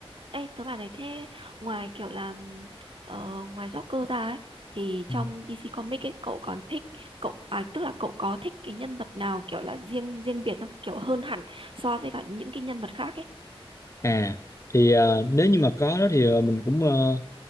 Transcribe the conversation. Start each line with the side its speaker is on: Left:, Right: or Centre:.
Right: Ê, tớ bảo này thế ngoài kiểu là ừm, ờ, ngoài Joker ra ấy thì
Left: Ừ.
Right: trong DC Comics ấy cậu còn thích cậu à tức là cậu có thích cái nhân vật nào kiểu là riêng riêng biệt không kiểu hơn hẳn so với cả những cái nhân vật khác ấy
Left: à thì ờ, nếu như mà có đó thì ờ, mình cũng ờ,